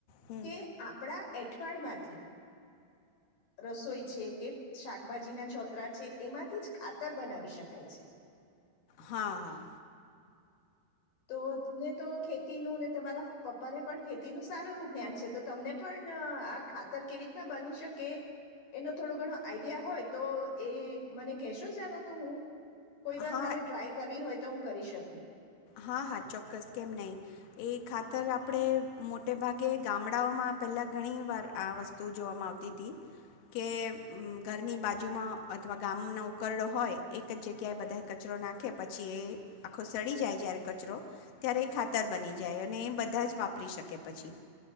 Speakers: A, on the left; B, on the left.
A: હમ
B: કે આપણા અઠવાડ માટેમાં રસોઈ છે કે શાકભાજી ના છોતરા છે. એમાંથી જ ખાતર બનાવી શકાય છે.
A: હા હા.
B: તો તમને તો ખેતીનું ને તમારા પપ્પાને પણ ખેતીનું સારું એવું જ્ઞાન છે તો તમને પણ આ ખાતર કેવી રીતના બની શકે એનો થોડો ઘણો આઈડિયા હોય તો એ મને કહેશો જાર તો હું કોઈ વાર
A: હા
B: મારે ટ્રાય કરવી હોય તો હું કરી શકું.
A: હા હા ચોક્કસ કેમ નહીં એ ખાતર આપણે મોટે ભાગે ગામડાઓમાં પહેલાં ઘણી વાર આ વસ્તુ જોવામાં આવતી હતી કે ઘરની બાજુમાં અથવા ગામનો ઉકરડો હોય એક જ જગ્યાએ બધાએ કચરો નાખે પછી એ આખો સડી જાય જ્યારે કચરો ત્યારે એ ખાતર બની જાય અને એ બધા જ વાપરી શકે પછી